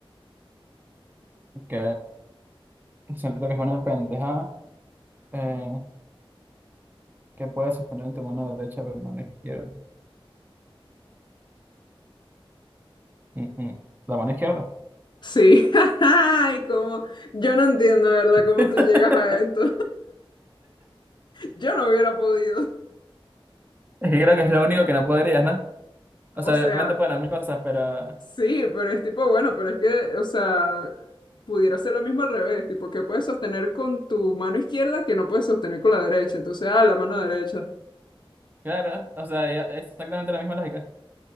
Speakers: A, on the right; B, on the left.
A: Ok. Siento que es una pendeja eh, que puedes sostener en tu mano derecha, pero no en la izquierda. Mm, mm. La mano izquierda.
B: Sí. <laughs> Ay, cómo. Yo no entiendo, de ¿verdad? ¿Cómo
A: <laughs>
B: tú llegas a esto? Yo no hubiera podido. <laughs>
A: Es que creo que es lo único que no podrías, ¿no? O
B: O
A: sea,
B: sea,
A: obviamente pueden haber muchas cosas, pero
B: sí, pero es tipo, bueno, pero es que, o sea, pudiera ser lo mismo al revés, tipo, ¿qué puedes sostener con tu mano izquierda que no puedes sostener con la derecha? Entonces, ah, la mano derecha.
A: claro, o sea, ya- es exactamente la misma lógica.